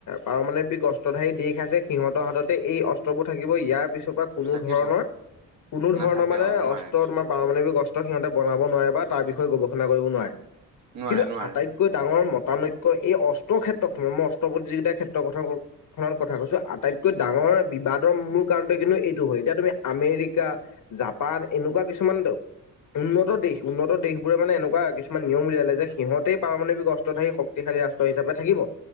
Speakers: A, on the left; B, on the right.
A: পাৰমাণৱিক অস্ত্ৰধাৰী দেশ আছে সিহঁতৰ হাততে এই অ্ৰবোৰ থাকিব ইয়াৰ পিছৰ পৰা কোনো
B: থাকিব
A: ধৰণৰ কোনো ধৰণৰ
B: নাথাকে
A: মানে
B: অ নোৱাৰে
A: অস্ত্ৰ তোমাৰ পাৰমাণৱিক অস্ত্ৰ সিহঁতে বনাব নোৱাৰে বা তাৰ বিষয়ে গৱেষণা কৰিব নোৱাৰে
B: নোৱাৰে
A: কিন্তু
B: নোৱাৰে নোৱাৰে
A: আটাইতকৈ ডাঙৰ মত প্ৰতানৈক্য এই অস্ত্ৰ ক্ষেত্ৰত ম মই অস্ত্ৰ প্ৰতিযোগিতাৰ ক্ষেত্ৰৰ কথা কওঁ খনত কথা কৈছো আটাইতকৈ ডাঙৰ বিবাদৰ মোৰ কাৰণতে কিন্তু এইটো হয় এতিয়া তুমি আমেৰিকা জাপান এনেকুৱা কিছুমান দ উন্নত দেশ, উন্নত দেশবোৰে মানে এনেকুৱা কিছুমান নিয়ম উলিয়ালে যে সিহঁতেই পাৰমানৱিক <unintelligible> শক্তিশালী ৰাষ্ট্ৰ হিচাপে থাকিব,